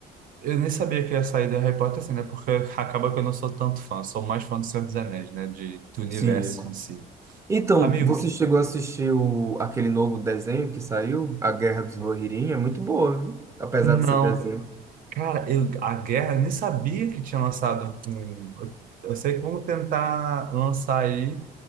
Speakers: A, on the right; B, on the right.
A: eu nem sabia que ia sair da Harry Potter assim, né? Porque <laughs> acaba que eu não sou tanto fã, sou mais fã do Senhor dos Anéis, né? De, do universo
B: Sim.
A: em si.
B: Então,
A: Amigo,
B: você chegou a assistir o, aquele novo desenho que saiu, A Guerra dos Rohirrim? É muito boa, viu? Apesar
A: não,
B: de ser desenho.
A: cara, eu, a guerra, eu nem sabia que tinha lançado um. um, Eu sei que vão tentar lançar aí.